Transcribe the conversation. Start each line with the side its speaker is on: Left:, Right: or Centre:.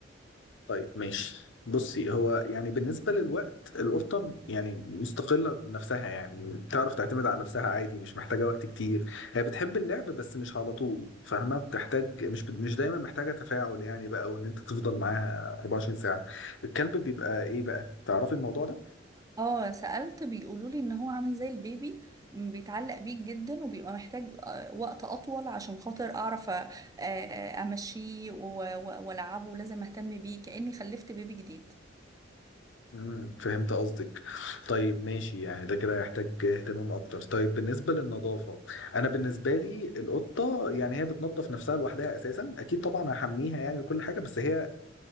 Left: طيب ماشي بصي هو يعني بالنسبة للوقت القطة يعني مستقلة بنفسها يعني بتعرف تعتمد على نفسها عادي مش محتاجة وقت كتير هي بتحب اللعب بس مش على طول فاهمة بتحتاج مش مش دايما محتاجة تفاعل يعني بقى وان انت تفضل معاها 24 ساعة الكلب بيبقى ايه بقى تعرفي الموضوع ده
Right: اه سألت بيقولوا لي ان هو عامل زي البيبي م، بيتعلق بيك جدا وبيبقى محتاج آه، وقت اطول عشان خاطر اعرف آه، امشيه و- و- والعبه لازم اهتم بيه كأني خلفت بيبي جديد
Left: امم فهمت قصدك طيب ماشي يعني ده كده يحتاج اهتمام اكتر طيب بالنسبه للنظافه انا بالنسبه لي القطه يعني هي بتنظف نفسها لوحدها اساسا اكيد طبعا هحميها يعني وكل حاجه بس هي